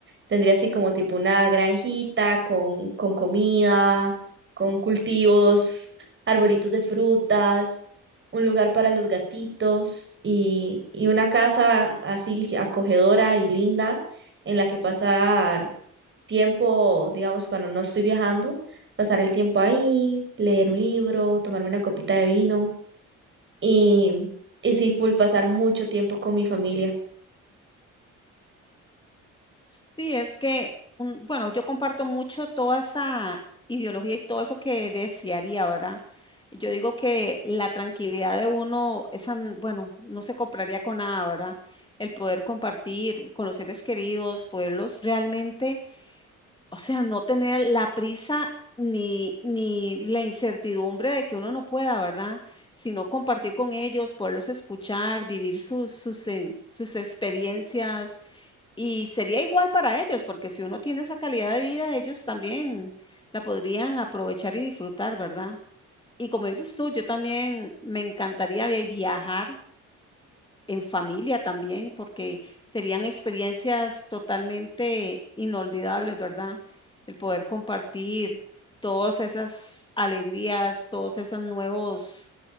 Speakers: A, on the right; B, on the left.
A: Tendría así como tipo una granjita con, con comida, con cultivos, arbolitos de frutas, un lugar para los gatitos y, y una casa así acogedora y linda en la que pasar tiempo, digamos, cuando no estoy viajando, pasar el tiempo ahí, leer un libro, tomarme una copita de vino y, y sí, full pasar mucho tiempo con mi familia.
B: Sí, es que, un- bueno, yo comparto mucho toda esa ideología y todo eso que desearía, ¿verdad? Yo digo que la tranquilidad de uno, esa, n- bueno, no se compraría con nada, ¿verdad? El poder compartir con los seres queridos, poderlos realmente O sea, no tener la prisa ni, ni la incertidumbre de que uno no pueda, ¿verdad? Sino compartir con ellos, poderlos escuchar, vivir sus, sus, en- sus experiencias. Y sería igual para ellos, porque si uno tiene esa calidad de vida, ellos también la podrían aprovechar y disfrutar, ¿verdad? Y como dices tú, yo también me encantaría vi- viajar en familia también, porque serían experiencias totalmente inolvidables, ¿verdad? El poder compartir todas esas alegrías, todos esos nuevos,